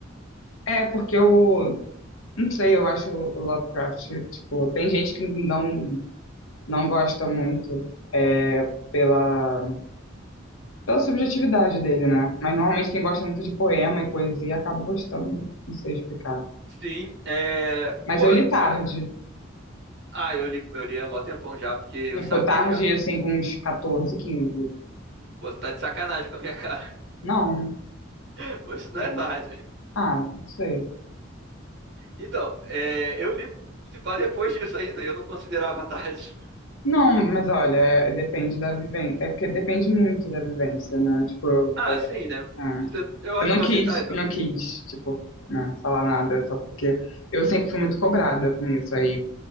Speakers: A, on the left (about 80°); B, on the right (about 55°).
A: É, porque eu não sei, eu acho o Lovecraft, tipo, tem gente que não, não gosta muito é, pela, pela subjetividade dele, né? Mas normalmente quem gosta muito de poema e poesia acaba gostando, não sei explicar.
B: Sim, é,
A: Mas
B: pô,
A: eu li tarde,
B: já- ah, eu li, eu li há mó tempão já, porque eu
A: tipo,
B: sabia
A: tarde,
B: já do,
A: assim, com uns catorze quinze
B: pô, você tá de sacanagem com a minha cara.
A: Não,
B: <laughs> Pô, isso não
A: não.
B: é tarde.
A: Ah, não sei.
B: Então, é, eu li se pá depois disso ainda, e eu não considerava tarde.
A: Não, mas olha, é- é, depende da vivência. É porque depende muito da vivência, né? Tipo,
B: Ah,
A: é,
B: sim, né?
A: é.
B: Você- Eu,
A: eu não
B: você
A: quis,
B: tá.
A: não quis, tipo, né, falar nada, só porque eu sempre fui muito cobrada com isso, aí